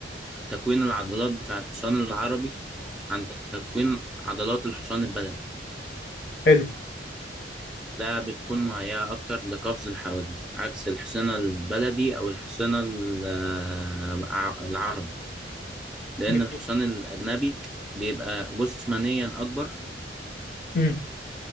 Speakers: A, in the centre; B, on the left (about 55°).
A: تكوين العضلات بتاع الحصان العربي عن تكوين عضلات الحصان البلدي
B: حلو
A: ده بتكون مهيئة أكتر لقفز الحواجز عكس الحصان البلدي أو الحصان ال- آه، ع- العربي لأن
B: جميل.
A: الحصان الأجنبي بيبقى جسمانيا أكبر
B: مم.